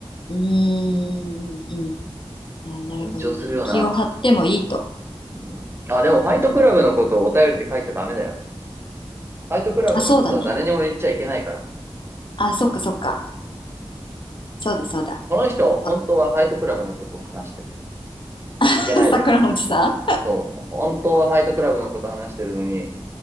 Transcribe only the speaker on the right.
緊張するよな。
うん。あ、でも、ファイトクラブのことをお便りで書いちゃダメだよ。ファイトクラブのことは誰にも言っちゃいけないから。
この人、本当はファイトクラブのことを話してる。
いけないです。
そう。本当はファイトクラブのことを話してるのに、